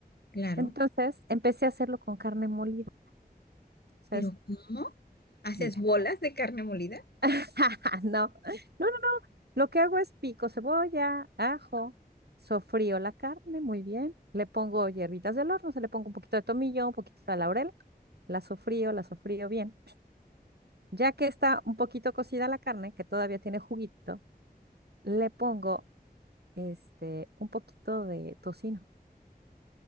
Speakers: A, on the left; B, on the right.
A: Claro,
B: Entonces, empecé a hacerlo con carne molida. O sea,
A: pero
B: es-
A: ¿cómo? ¿Haces
B: mira.
A: bolas de carne molida?
B: <laughs> No, no, no, Lo que hago es pico cebolla, ajo, sofrío la carne, muy bien. Le pongo hierbitas del horno, se le pongo un poquito de tomillo, un poquito de laurel. La sofrío, la sofrío bien. Ya que está un poquito cocida la carne, que todavía tiene juguito, le pongo este, un poquito de tocino.